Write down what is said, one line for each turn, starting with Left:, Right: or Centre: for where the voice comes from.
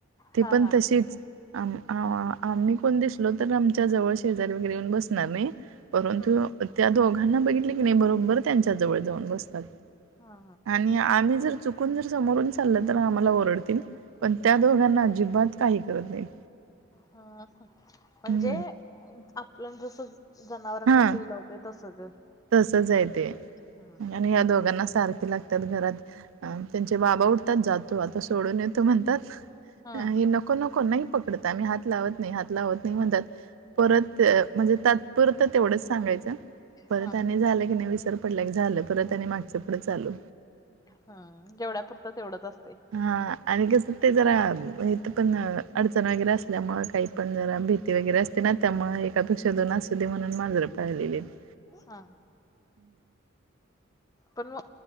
Right: ती
Left: हा
Right: पण
Left: हा
Right: तशीच अम्ही आ आम्ही कोण दिसलो तर आमच्या जवळ शेजारी वगैरे येऊन बसणार नाही परंतु
Left: हम
Right: त्या दोघांना बघितले की नाही बरोबर त्यांच्या जवळ जाऊन बसतात.
Left: हा
Right: आणि आम्ही जर चुकून जर समोरून चालल तर आम्हाला ओरडतील पण
Left: हम
Right: त्या दोघांना अजिबात काही करत नाही
Left: हा म्हणजे
Right: हं.
Left: आपलं जस जनावरांना
Right: हां.
Left: जीव लावते तस ग
Right: तसंच आहे ते
Left: हा
Right: आणि या दोघांना सारखी लागते घरात त्यांचे बाबा उठतात जातो आता सोडून येतो म्हणतात
Left: हा
Right: हे नको नको नाही पकडत आम्ही हात लावत नाही हात लावत नाही म्हणतात परत म्हणजे तात्पुरता तेवढंच सांगायचं परत
Left: हा
Right: झालं की नाही वि पडल्या झालं परत त्यां आणि मागचं पुढं चालू
Left: हम्म जेवढ्या पुरतं तेवढंच असते
Right: हा आणि कसं ते जरा इथं पण अडचण वगैरे असल्यामुळं काही पण जरा भीती वगैरे असते ना त्यामुळे एकापेक्षा दोन असू दे म्हणून मांजरं पाळलेली हायत
Left: हा पण